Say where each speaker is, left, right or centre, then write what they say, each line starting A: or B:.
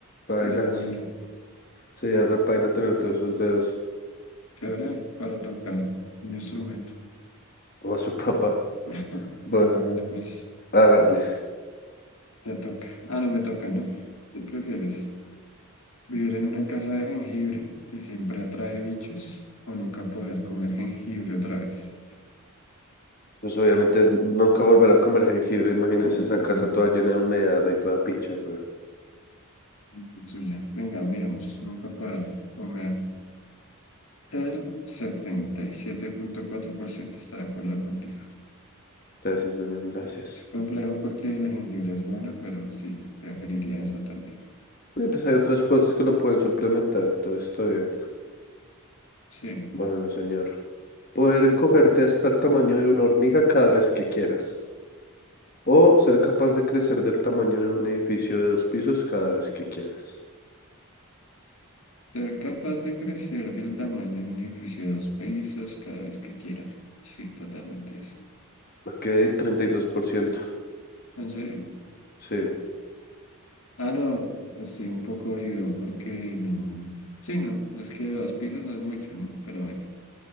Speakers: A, on the left; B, on the left.
A: baila.
B: Sería bueno.
A: Sería repaila tener todos esos dedos.
B: Chévere para tocar un instrumento.
A: O a su papá.
B: <clears throat>
A: Bueno,
B: Bueno, hágale pues,
A: hágale.
B: te toca. Ah, no me toca, ¿no? ¿Qué prefieres? ¿Vivir en una casa de jengibre que siempre atrae bichos o nunca poder comer jengibre otra vez?
A: Pues obviamente nunca volverá a comer jengibre. Imagínense
B: O no,
A: esa casa toda llena de humedad y toda picha, güey.
B: la suya. Venga, miramos, nunca poder comer. El setenta y siete punto cuatro por ciento está de acuerdo contigo.
A: Gracias, señor, gracias.
B: Es complejo porque el jengibre es bueno, pero sí, preferiría esa también.
A: Y pues hay otras cosas que lo pueden suplementar, entonces está bien.
B: Sí.
A: Bueno, señor. Poder
B: bueno.
A: encogerte hasta el tamaño de una hormiga cada vez que quieras. O ser capaz de crecer del tamaño de un edificio de dos pisos cada vez que quieras.
B: Ser capaz de crecer del tamaño de un edificio de dos pisos cada vez que quiera. Sí, totalmente eso.
A: Ok, treinta y dos por ciento
B: ¿En serio?
A: Sí,
B: Ah, no, estoy un poco ido porque no. Sí, no, no es que de dos pisos no es mucho, ¿no? Pero bueno,